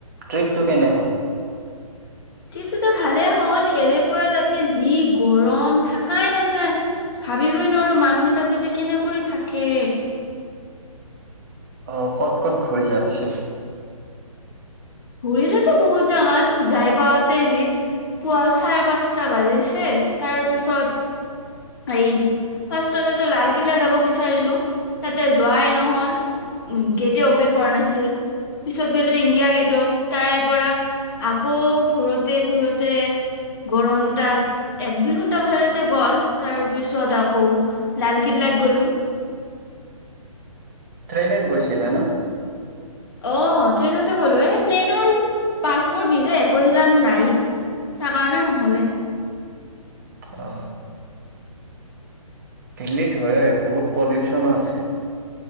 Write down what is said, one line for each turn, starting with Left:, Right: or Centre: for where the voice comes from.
Right: ট্ৰিপটো কেনে হ'ল
Left: ট্ৰিপ টো ত ভালে হ'ল এৰে পৰা তাতে যি গৰম থাকাই নাযায় ভাবিবই নোৱাৰো মানুহে তাতে যে কেনে কৰি থাকে
Right: অহ ক'ত ক'ত ঘূৰিলো পিছে
Left: ঘুৰিলেতো বহুত জেগাত যাই পাতে যি পুৱা চাৰে পাঁচটা বাজিছে তাৰ পিছত এই ফাৰ্ষ্টতেতো লালকিল্লা যাব বিচাৰিলো তাতে যোৱাই নহল গেটে অপেন কৰা নাছিল পিছত গলো ইণ্ডিয়া গেটত‌ তাৰে পৰা আকৌ ঘৰতে ঘূৰতে গৰম তাত এক দুই ঘন্টা ব তাতে গ'ল তাৰ পিছত আকৌ লালকিল্লাত গলো
Right: ট্ৰেইনত গৈছিলা ন
Left: অ ট্ৰেইনতে গ'লো এ প্লেইনৰ পাছপৰ্ট ভিজা একিল নাই তাৰ কাৰণে নহলে‌
Right: অ দিল্লীত হয় বহুত পলিউচনো আছে